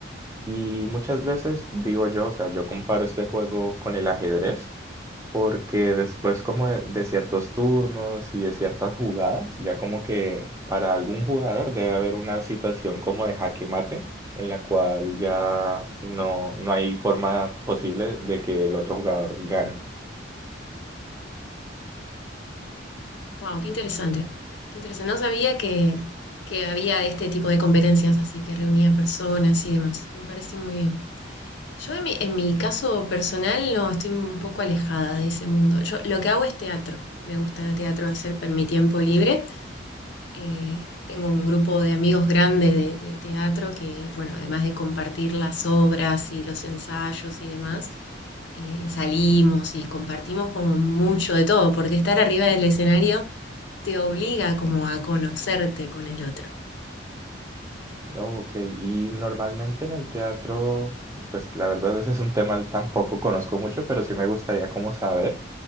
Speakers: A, on the right; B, on the left.
A: Y muchas veces digo yo, o sea, yo comparo este juego con el ajedrez, porque después como de, de ciertos turnos y de ciertas jugadas, ya como que para algún jugador debe haber una situación como de jaque mate, en la cual ya no, no hay forma posible de que el otro jugador gane.
B: Wow, qué interesante. Qué interesante. No sabía que, que había este tipo de competencias, así que reunía personas y demás. Me parece muy bien. Yo en mi, en mi caso personal no estoy un poco alejada de ese mundo. Yo lo que hago es teatro. Me gusta el teatro hacer en mi tiempo libre. Eh, tengo un grupo de amigos grande de, de teatro que, bueno, además de compartir las obras y los ensayos y demás, eh, salimos y compartimos como mucho de todo, porque estar arriba del escenario te obliga como a conocerte con el otro.
A: Oh, Ok, y normalmente en el teatro, pues la verdad ese es un tema tampoco conozco mucho, pero sí me gustaría como saber.